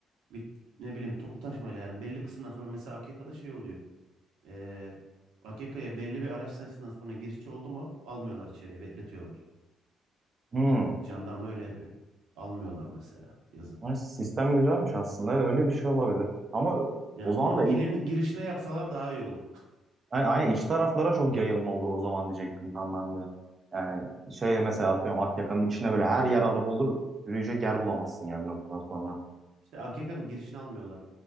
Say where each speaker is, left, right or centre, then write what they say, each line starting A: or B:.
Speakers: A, on the right; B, on the right.
A: Bir, ne bileyim toplu taşımayla yani belli kısımdan sonra mesela AKK'da şey oluyor. E, AKK'ya belli bir araç sayısından sonra girişçi oldu mu almıyorlar içeriye bekletiyorlar.
B: Hmm.
A: Jandarma öyle yapıyor. Almıyorlar mesela yazın.
B: Ay, Sistem güzelmiş aslında. Öyle bir şey olabilir. Ama
A: Yani
B: o zaman
A: bunu
B: da
A: ilin girişine yapsalar daha iyi olur.
B: Yani aynen iç taraflara çok yayılma olur o zaman diyecektim tam ben de. Yani şey mesela atıyorum Akyaka'nın içine böyle her yer araba olur. Yürüyecek yer bulamazsın yani bir noktadan sonra.
A: İşte AKK'nın girişini almıyorlar.